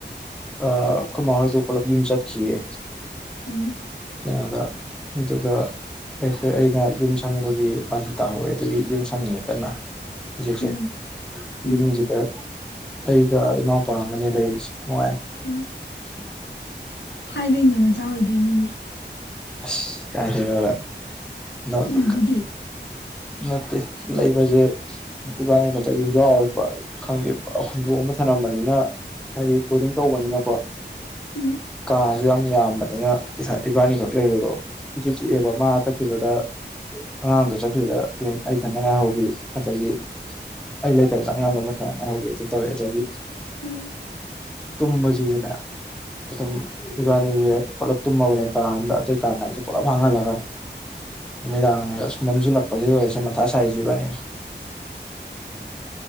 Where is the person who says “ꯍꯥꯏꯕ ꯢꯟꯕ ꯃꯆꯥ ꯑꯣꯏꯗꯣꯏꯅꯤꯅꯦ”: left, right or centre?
Left